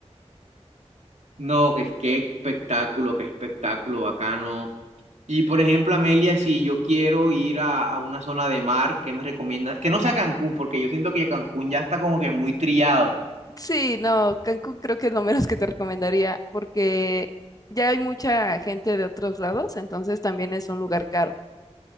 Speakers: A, on the right; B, on the left.
A: No, que qué espectáculo, qué espectáculo bacano. Y por ejemplo, Amelia, si yo quiero ir a, a una zona de mar, ¿qué me recomiendas? Que no sea Cancún, porque yo siento que Cancún ya está como que muy trillado.
B: sí, no, Cancún creo que es lo menos que te recomendaría porque ya hay mucha gente de otros lados, entonces también es un lugar caro.